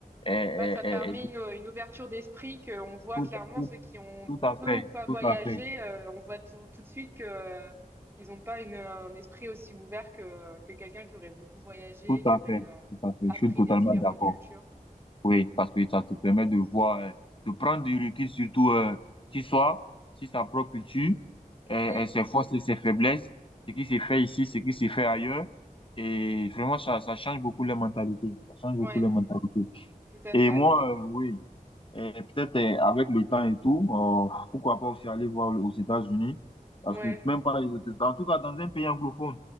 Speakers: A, on the left; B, on the right.
A: euh, euh,
B: Bah, ça permet
A: euh, et de-
B: une, une ouverture d'esprit qu'on voit
A: tout,
B: clairement
A: tout,
B: ceux qui ont
A: tout à
B: peu
A: fait,
B: ou pas voyagé,
A: tout à fait,
B: euh, on voit tout, tout de suite que euh, ils n'ont pas une, un esprit aussi ouvert que, que quelqu'un qui aurait beaucoup voyagé,
A: tout
B: qui
A: à
B: aurait
A: fait,
B: euh,
A: tout à fait.
B: appris
A: Je suis totalement
B: des différentes
A: d'accord.
B: cultures.
A: Oui, parce que ça te permet de voir, euh, de prendre du recul, surtout euh, si soi, si sa propre culture, euh,
B: Mm,
A: euh, ses forces et ses faiblesses, ce qui s'est fait ici, ce qui s'est fait ailleurs. Et vraiment, ça, ça change beaucoup les mentalités. Ça change beaucoup
B: ouais,
A: les mentalités.
B: tout à
A: Et
B: fait.
A: moi, euh, oui. Et peut-être euh, avec le temps et tout, euh, pourquoi pas aussi aller voir aux États-Unis, parce
B: Ouais,
A: que même pas les autres États, en tout cas dans un pays anglophone,